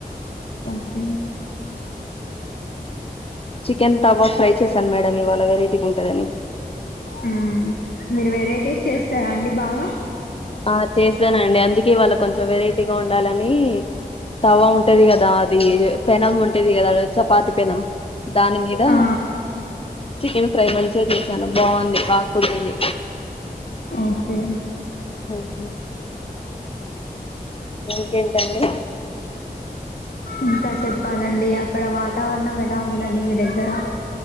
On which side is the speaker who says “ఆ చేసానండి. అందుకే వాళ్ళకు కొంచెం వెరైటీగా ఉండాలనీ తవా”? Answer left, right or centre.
Left